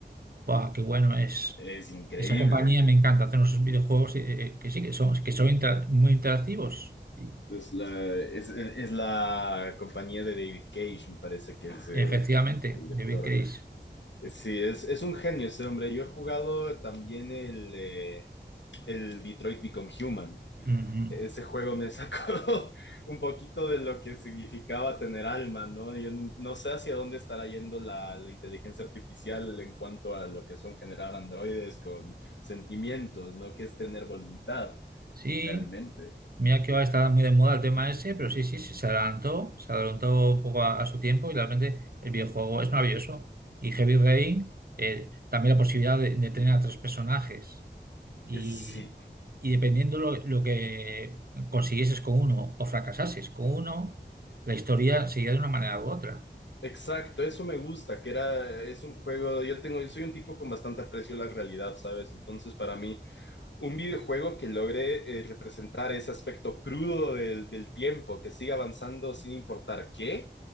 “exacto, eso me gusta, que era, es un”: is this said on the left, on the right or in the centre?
Left